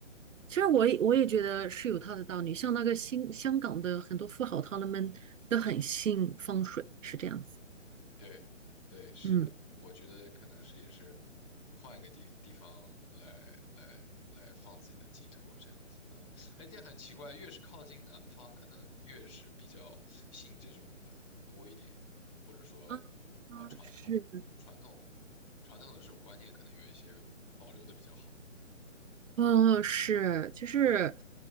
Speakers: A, on the right; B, on the left.
A: 其实我也我也觉得是有它的道理。像那个新香港的很多富豪，他们都很信风水，是这样子。
B: 对，对，是的，
A: 嗯
B: 我觉得可能是也是换一个地地方来来来放自己的寄托这样子，嗯，哎，这样很奇怪，越是靠近南方，可能越是比较信这种的多一点，或者说
A: 啊，
B: 啊、传统传统传统的这种观念可能有一些保留的比较好，
A: 是，啊，是，就是